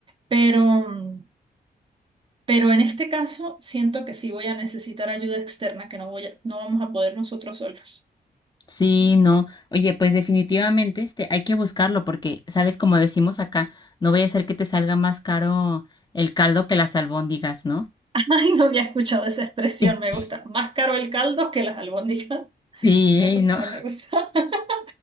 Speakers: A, on the right; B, on the left.
A: Pero, mm, pero en este caso siento que sí voy a necesitar ayuda externa, que no voy a- no vamos a poder nosotros solos.
B: Sí, no. Oye, pues definitivamente este, hay que buscarlo porque, sabes, como decimos acá, no vaya a ser que te salga más caro el caldo que las albóndigas, ¿no?
A: <laughs> Ay, no había escuchado esa expresión,
B: <laughs>
A: me gusta. Más caro el caldo que las albóndigas. <laughs>
B: Sí,
A: Me gusta,
B: ¿eh? ¿no?
A: me gusta. <laughs>